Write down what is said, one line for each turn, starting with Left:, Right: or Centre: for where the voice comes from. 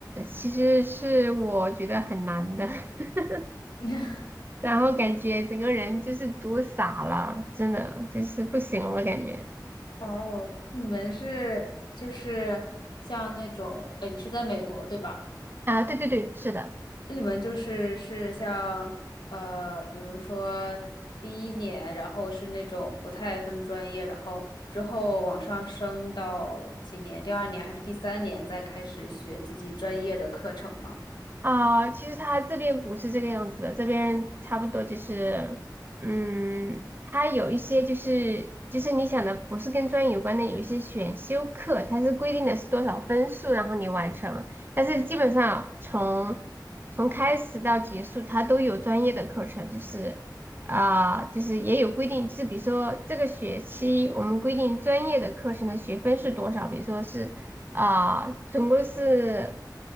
Right: 其实是我觉得很难的，<laughs>
Left: <laughs>
Right: 然后感觉整个人就是读傻了，真的就是不行了感觉
Left: 哦，你们是就是像那种，呃，你是在美国对吧？
Right: 啊，对对对，是的。
Left: 那你们就是是像呃，比如说第一年，然后是那种不太分专业，然后之后往上升到几年，第二年还是第三年再开始学自己专业的课程吗？
Right: 啊，其实他这边不是这个样子的，这边差不多就是，嗯，他有一些就是就是你想的不是跟专业有关的，有一些选修课，它是规定的是多少分数，然后你完成，但是基本上从从开始到结束，它都有专业的课程，就是啊，就是也有规定，就是比如说这个学期我们规定专业的课程的学分是多少，比如说是。啊，总共是，